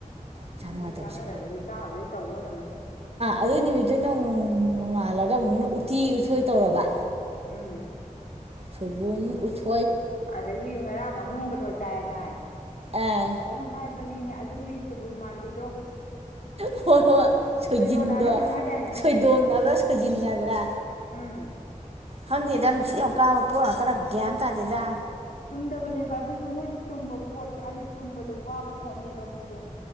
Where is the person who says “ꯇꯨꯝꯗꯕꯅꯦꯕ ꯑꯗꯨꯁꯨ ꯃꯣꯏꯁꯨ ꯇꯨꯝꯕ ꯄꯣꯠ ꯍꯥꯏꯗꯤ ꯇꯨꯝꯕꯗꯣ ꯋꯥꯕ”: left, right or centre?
Left